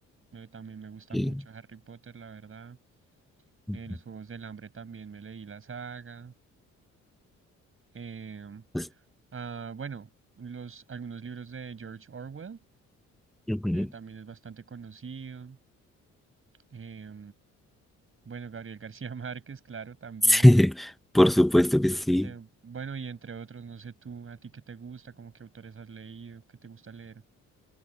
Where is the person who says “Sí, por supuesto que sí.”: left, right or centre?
Centre